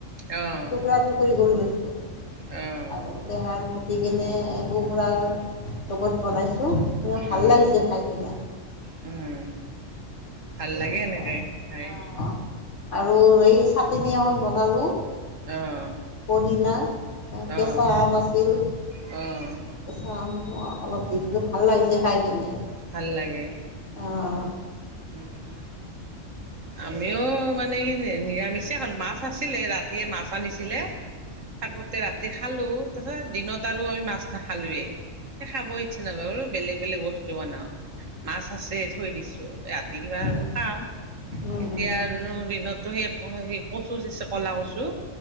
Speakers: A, on the right; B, on the left.
A: আহ
B: টুকৰা টুকৰি কৰি লৈছো
A: আহ
B: আ দেহাৰ গকনে কোমোৰাৰ লগত বনাইছো ভাল
A: উম
B: লাগিছে খাই কিনে।
A: উম। ভাল লাগে
B: এনেকুৱা
A: এনেকে খাই।
B: অঁ আৰু এই চাটনি এখন বনালোঁ।
A: অ'।
B: পদিনা কেঁচা
A: অ
B: আম আছিল।
A: অ'।
B: কে অলপ দি দিলো ভাল লাগিছে খাই কিনে।
A: ভাল লাগে।
B: অ'।
A: নি্চয়। আমিও মানে ই নিৰামিষে কাল মাছ আছিলে ৰাতিয়ে মাছ আনিছিলে। থাকোতে ৰাতি খালো তাৰপিছত দিনত আৰু আমি মাছ নাখালয়েই। খাব ইচ্ছা নক বো বেগ বেলেগ বস্তু বন মাছ আছে থৈ দিছো ৰাতি কিবা
B: লাগে
A: আৰু খাম।
B: উম
A: এতিয়াৰ
B: উম উম
A: দিনতো সেই স কচুিছে কলা কচু